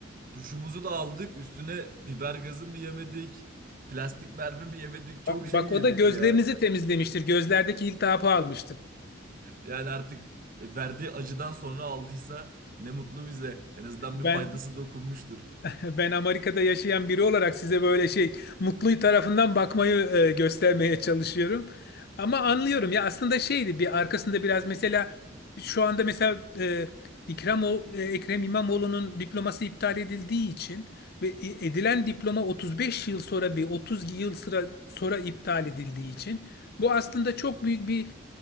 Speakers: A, on the right (about 45°); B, on the left (about 55°).
A: duşumuzu da aldık üstüne biber gazı mı yemedik plastik mermi mi yemedik çok
B: Bak, bak
A: şey yedik
B: o da gözlerinizi
A: ya.
B: temizlemiştir. Gözlerdeki iltihabı almıştır.
A: Yani artık verdiği acıdan sonra aldıysa ne mutlu bize en azından
B: Ben
A: bir faydası dokunmuştur.
B: <laughs> ben Amerika'da yaşayan biri olarak size böyle şey mutlu tarafından bakmayı e, göstermeye çalışıyorum. Ama anlıyorum ya aslında şeydi bir arkasında biraz mesela şu anda mesela e, İkram o- e, Ekrem İmamoğlu'nun diploması iptal edildiği için ve e- edilen diploma 35 yıl sonra bir 30 yıl sıra, sonra iptal edildiği için bu aslında çok büyük bir